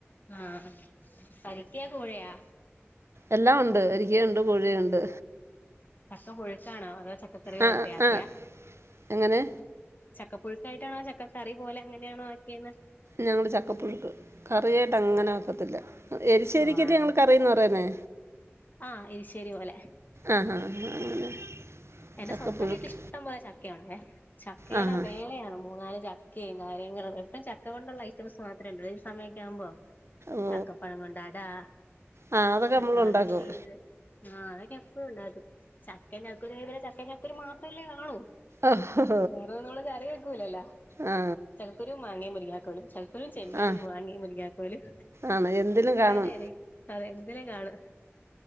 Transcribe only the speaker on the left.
ആഹ് പരിക്കയാ കോഴയാ
ചക്ക കൊഴുക്കാണോ അതോ ചക്കക്കറിയ
പോലപ്പ ആക്കിയാ
ചക്കപ്പുഴുക്കായിട്ടാണോ ചക്കറി പോലെ അങ്ങനെയാണോ ആക്കിയന്ന്
ഓ ആണ്
ആഹ് ഇരുശ്ശേരി പോലെ
എന്റെ
സ്വന്തം വീട്ടിൽ ഇഷ്ടം പോലെ ചക്കയുണ്ടേ ചക്കയുടെ
വേളയാണ് മൂന്നാല് ച ക്കെ കാര്യങ്ങള എപ്പും ചക്ക കൊണ്ടുള്ള ഐറ്റംസ് മാത്രേ ഒള്ളു ഈ സമയൊക്ക ആകുമ്പോ
ചക്കപ്പഴം കൊണ്ടാടാ
ചക്ക
വരട്ടീത്
ആഹ് അതൊക്കെ എപ്പഴും ഉണ്ടാക്കും ചക്കൻ ചക്കുരി ആയാ പിന്നെ ചക്കൻ ചക്കുരി മാത്രമല്ലേ കാണൂ
വേറൊന്നും നമ്മള് കറി വെക്കൂലല്ലോ
ചക്കക്കുരു മാങ്ങേ മുരിങ്ങാ കോലും ക്കുരും ചെമ്മീനും
മാങ്ങേ മുരിങ്ങാക്കോലും
തന്നെടി അതെ എന്തിലും കാണും